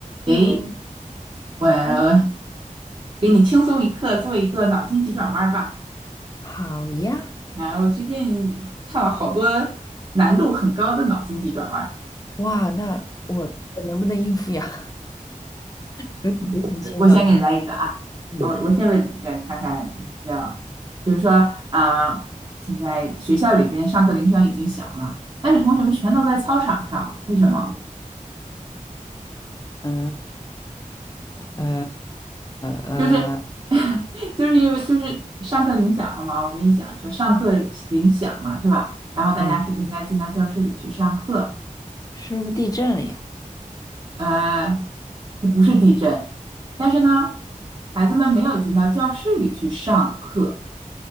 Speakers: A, on the right; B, on the left.
A: 诶，
B: Hello，
A: 我
B: 嗯，
A: 给你轻松一刻，做一个脑筋急转弯儿吧。
B: 好呀，
A: 啊，我最近看了好多难度很高的脑筋急转弯儿。
B: 哇，那我我能不能应付呀？<laughs> 有准备信心呢？
A: 呃我先给你来一个啊，
B: 嗯，
A: 我我先问你一个，你看看你要不要？就是说啊，现在学校里边上课铃声已经响了，但是同学们全都在操场上，为什么？
B: 呃呃呃，
A: 就是 <laughs> 就是因为就是上课铃响了嘛。我们一想说上课铃响了是吧？然后大家是不是应该进到教室里去上课？
B: 嗯，是不是地震了呀？
A: 呃，这不是地震，但是呢，孩子们没有进到教室里去上课，